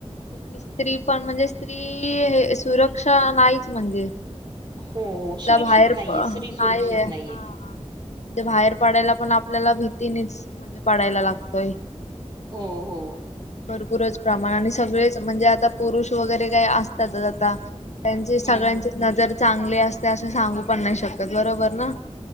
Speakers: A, on the left; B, on the right.
A: कुठली स्त्री पण म्हणजे स्त्री हे सुरक्षा नाहीच म्हणजे.
B: हो हो
A: तिला
B: सुरक्षित
A: बाहेर
B: नाहीये,
A: प नाहीय
B: स्त्री सुरक्षित
A: हा
B: नाहीये.
A: हा म्हणजे बाहेर पडायला. पण आपल्याला भीतीनेच म्हणजे पाडायला लागतय
B: हो हो.
A: बरोब पुरच प्रमाण आणि सगळेच म्हणजे आता पुरुष वगैरे काय अस ज जाता जाता त्यांची सगळ्यांची
B: हम्म.
A: नजर चांगले असते असे सांगू पण नाही शकत बरोबर ना